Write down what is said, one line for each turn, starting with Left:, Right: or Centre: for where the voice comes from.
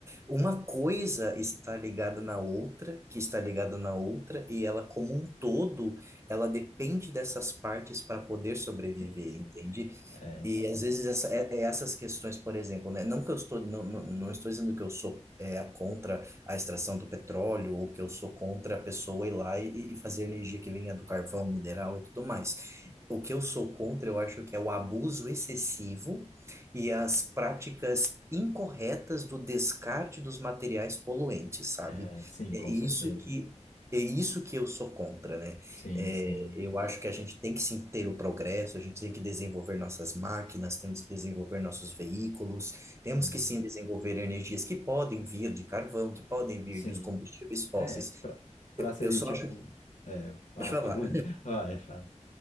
Right: uma coisa está ligada na outra, que está ligada na outra, e ela como um todo, ela depende dessas partes para poder sobreviver,
Left: Sim, sim.
Right: entende?
Left: É.
Right: E às vezes essa- é- é essas questões, por exemplo, né? Não que eu estou, não, não, não estou dizendo que eu sou é, a contra a extração do petróleo ou que eu sou contra a pessoa ir lá e, e fazer energia que venha do carvão, mineral e tudo mais. O que eu sou contra, eu acho que é o abuso excessivo e as práticas incorretas do descarte dos materiais poluentes, sabe?
Left: É, sim,
Right: É
Left: com
Right: isso
Left: certeza.
Right: que é isso que eu sou contra, né?
Left: Sim,
Right: É,
Left: sim.
Right: eu acho que a gente tem que sim ter o progresso, a gente tem que desenvolver nossas máquinas, temos que desenvolver nossos veículos, temos
Left: Uhum.
Right: que sim desenvolver energias que podem vir de carvão, que podem vir
Left: Sim.
Right: dos combustíveis fósseis.
Left: É, pra, pra
Right: Eu
Left: ser
Right: eu só
Left: tipo.
Right: acho que.
Left: É, ah,
Right: Deixa eu falar.
Left: <laughs> vai, fala.